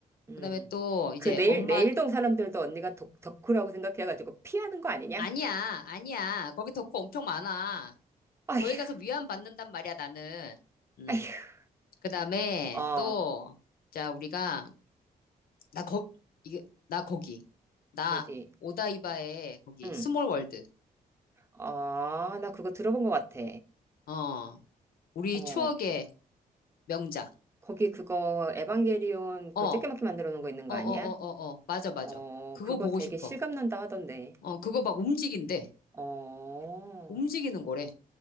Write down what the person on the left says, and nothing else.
그다음에 또 이제
엄마,
아니야, 아니야. 거기 덕후 엄청 많아.
거기 가서 위안 받는단 말이야, 나는. 음.
그다음에
또, 자, 우리가 나 거, 이게, 나 거기. 나
오다이바의 거기,
스몰 월드.
어, 우리
추억의 명작.
어,
어,
어,
어, 어, 어, 맞아, 맞아.
그거
보고
싶어.
어, 그거 막 움직인대.
움직이는 거래.